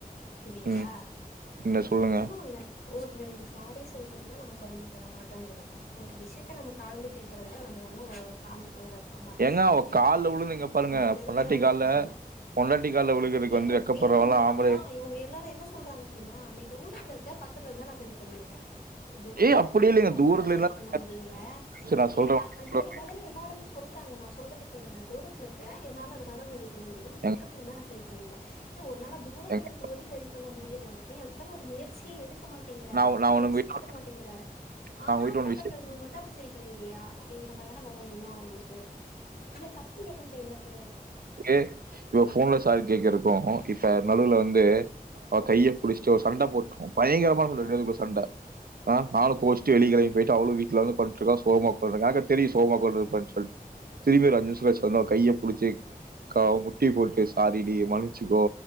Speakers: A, on the left; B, on the right.
A: செரிங்களா
B: ம். என்ன சொல்லுங்க?
A: ஒண்ணு இல்ல ஒரு ரெண்டு சாரி சொல்றதுல நம்ம கொறஞ்சு போய்ட மாட்டோ ஒரு விஷயத்துல மட்டு தாழ்ந்து கேக்குறத நம்ம ஒண்ணு ஒரு தாழ்ந்து போயிட மாட்டேங்கறாங்க
B: ஏங்க அவ கால்ல விழுந்து இங்க பாருங்க.
A: நமக்கு தெரிஞ்சாலே
B: பொண்டாட்டி கால்ல
A: போது
B: பொண்டாட்டி கால்ல விழுகுறதுக்கு
A: ஏங்க
B: வந்து வெட்கப்படுறவன்லாம்
A: ஏங்க
B: ஆம்பள.
A: அவதா இவங்க எல்லாரு என்ன சொல்றாங்க சரிமா நீ தூரத்துல இருக்க பக்கத்துல இருந்தா நா சரி பண்ணிருப்பே நீ தூரத்துல
B: ஏய் அப்படி
A: இருக்கு
B: இல்லைங்க.
A: போது ஒன்னால
B: தூரத்துல இருந்து
A: சரி
B: தான்
A: பண்ண முடியல
B: பேசுறேன். நான் சொல்றேன்
A: எல்லா இந்த
B: சொல்றேன்.
A: ஒரு பதில எல்லாருமே சொல்றாங்க நா சொல்றத கேளே தூரத்துல இருக்க என்னால அதனால உதவி பண்ண முடியல நீ
B: ஏங்க
A: பக்கத்துல இருந்தா நா சரி பண்ணிருவே இது உன்னால தூரத்துல
B: ஏங்க
A: இருக்கு போது சரி பண்ண முடியல நீ அதுக்கான ஒரு முயற்சியே எடுக்க மாட்டேங்கிற
B: நான்
A: அத பத்தி
B: நான் உங்க
A: யோசிக்க
B: வீட்ல
A: கூட மாட்டேங்கிற
B: நான்
A: ஆனா
B: உங்க வீட்ல ஒரு
A: பக்கத்தில
B: விஷயம்
A: இருக்குபோது மட்டு அப்ப சரிப் பண்ணிருவியா அப்டிங்கிற மாரிதானே வரு எண்ணோ உங்களுக்கு இதுல தப்புல்ல இந்த எண்ணத்த
B: யே இப்ப ஃபோன்ல சாரி கேக்குறத்துகாகு இப்ப நடுல வந்து அவ கைய புடிச்சிட்டு ஒரு சண்ட போட்டு பயங்கரமா ரெண்டு பேருக்கு சண்ட ஆ நானு குளிச்ட்டு வெளிய கெளம்பி போயிட்டே அவலு வீட்ல வந்து படுத்தூங்றா சோகமா எனக்கா தெரியு சோகமா ஒக்காந்திருப்பானு சொல்ட்டு திரும்பி அஞ்சு நிமிஷோ கழிச்சி வந்து கைய புடிச்சி கா முட்டி போட்டு சாரிடி மன்னிச்சிக்கோ